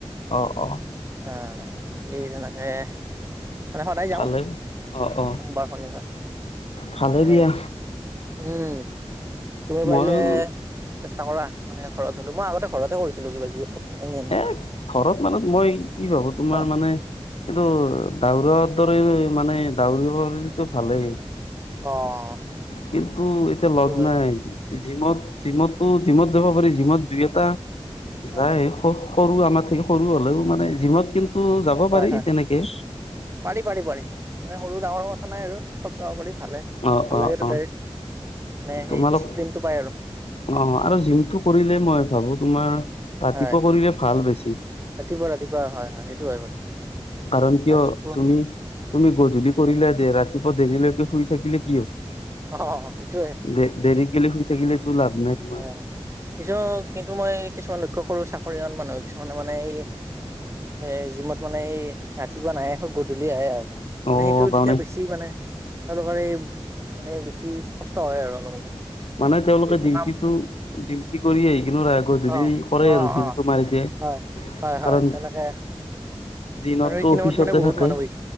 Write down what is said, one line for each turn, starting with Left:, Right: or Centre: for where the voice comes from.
Left: অ', অ'।
Right: অ', সেই তেনেকে মানে সদায় যাওঁ।
Left: ভালে অ অ
Right: সোমবাৰ শনিবাৰ
Left: ভালে
Right: হে
Left: দিয়া
Right: উম। তুমি
Left: মইয়ো
Right: পাৰিলে চেষ্টা কৰা মানে ঘৰত হ'লো, মই আগতে ঘৰতে কৰিছিলো কিবা কিবি অলপ। এনে এনে
Left: এ ঘৰত মানে মই কি ভাবো তোমাৰ
Right: হা
Left: মানে এইটো দাউৰা দৰে মানে দৌৰিব পাৰিলেতো ভালেই।
Right: অ',
Left: কিন্তু এতিয়া
Right: সেইটো
Left: লগ
Right: হয়,
Left: নাই। জিমত জিমতো জিমত যাব পাৰি জিমত দুই এটা
Right: হয়,
Left: যায়। সৰু আমাত থাকি সৰু হ'লেও মানে জিমত কিন্তু যাব
Right: হয়,
Left: পাৰি
Right: হয়,
Left: তেনেকে।
Right: পাৰি পাৰি পাৰি মান সৰু ডাঙৰ কথা নাই আৰু চব যাব পাৰি ভালেই।
Left: অ
Right: ভাল
Left: অ
Right: লাগে তাতে
Left: অ
Right: মানে
Left: তোমালোক
Right: সেই ডিচিপ্লিন টো পাই আৰু।
Left: অ', আৰু জিমটো কৰিলে মই ভাবো তোমাৰ। ৰাতিপুৱা
Right: হয়,
Left: কৰিলে ভাল বেছি।
Right: ৰাতিপুৱা ৰাতিপুৱা হয়, হয়, সেইটো হয়, বাৰু
Left: কাৰণ, কিয়
Right: ৰাতিপুৱা
Left: তুমি তুমি গধূলি কৰিলা যে ৰাতিপুৱা দেৰিলৈকে শুই থাকিলে কি হ'ব?
Right: অ', সেইটোয়ে।
Left: দে-দেৰি গলে শুই থাকিলে তো লাভ নাই তোমাৰ।
Right: অ', কিছু কিন্তু মই কিছুমান লক্ষ্য কৰোঁ, চাকৰিয়াল মানুহ কিছুমানে মানে এই এ জিমত মানে এই ৰাতিপুৱা নাহে গধূলি আহে আৰু
Left: অ
Right: মানে সেইটো
Left: তাৰমানে
Right: তেতিয়া বেছি মানে তেওঁলোকৰ এই মানে বেছি কষ্ট হয় আৰু অলপ অলপ।
Left: মানে তেওঁলোকে
Right: এইটো
Left: ডিউটিটো
Right: কাম
Left: ডিউটি কৰি আহি কিনে লাহে কৈ গধূলি
Right: অ
Left: কৰেই
Right: অ অ
Left: আৰু জিমটো মাৰি দিয়ে।
Right: হয় হয় হয়
Left: কাৰণ
Right: তেনেকে
Left: দিনততো
Right: আৰু সেইখিনি
Left: অফিচতে
Right: সময়ত মানে বহুত
Left: থাকে।
Right: মানুহ হৈ